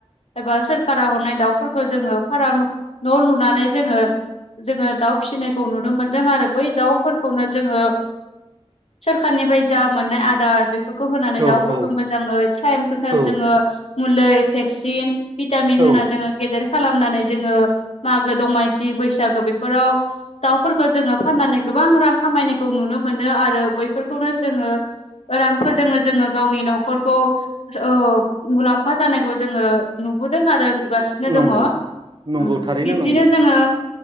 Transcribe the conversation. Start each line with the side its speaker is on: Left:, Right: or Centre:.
Left: एबा सोरखारा हरनाय दाउफोरखौ जोङो फाराम न' लुनानै जोङो जोङो दाउ फिसिनायखौ नुनो मोनदों आरो बै दाउफोरखौनो जोङो सोरखारनिफ्राय जा मोननाय आदार बे फोरखौ होनानै
Right: औ
Left: दाउफोरखौ
Right: औ
Left: मोजाङै टाइम टाइम
Right: औ
Left: जोङो मुलि भेक्सिन भिटामिन
Right: औ
Left: होना जोङो गेेर खालामनानै जोङो मागो दमासि बैसागो बेफोराव दाउफोरखौ जोङो फाननानै गोबां रां खामायनायखौ नुनो मोनो आरो बैफोरखौनो जोङो रांफोरजोंनो जोङो गावनि न' खरखौ ओ मुलामफा जानायखौ जोङो नुबोदों आरो नुगासिनो दंङ
Right: नंगौ नंगौ
Left: ओम
Right: थारैनो
Left: बिदिनो
Right: नंगौ
Left: जोङो